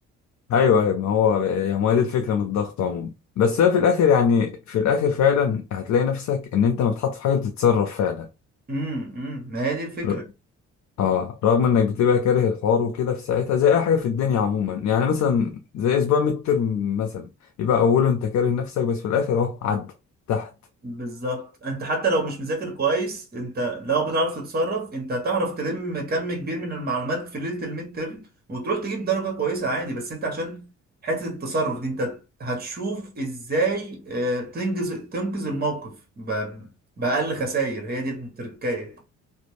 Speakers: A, on the left; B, on the right.
A: ايوه ايوه ما هو يعني ما هي دي الفكره من الضغط عموما بس هي في الاخر يعني في الاخر فعلا هتلاقي نفسك ان انت بتحط في حاجه بتتصرف فعلا
B: امم أمم، ما هي دي الفكره
A: ر- اه رغم انك بتبقى كاره الحوار وكده في ساعتها زي اي حاجه في الدنيا عموما يعني مثلا زي اسبوع ميد ترم مثلا يبقى اوله انت كاره نفسك بس في الاخر اهو عدى تحت
B: بالظبط انت حتى لو مش مذاكر كويس انت لو بتعرف تتصرف انت هتعرف تلم كم كبير من المعلومات في ليلة الميد ترم وتروح تجيب درجة كويسة عادي بس انت عشان حتة التصرف دي انت هتشوف ازاي اه، تنجز تنقذ الموقف ب- بأقل خسائر هي دي التركاية